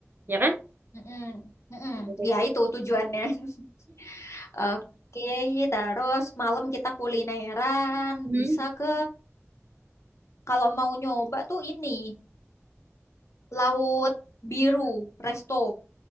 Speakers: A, on the right; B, on the left.
A: Ya kan?
B: Mm-mm. Mm-mm.
A: Oke, oke.
B: Ya
A: <laughs>
B: itu tujuannya. <laughs> Oke, terus malam kita kulineran,
A: Hmm.
B: bisa ke kalau mau nyoba tuh ini Laut Biru Resto.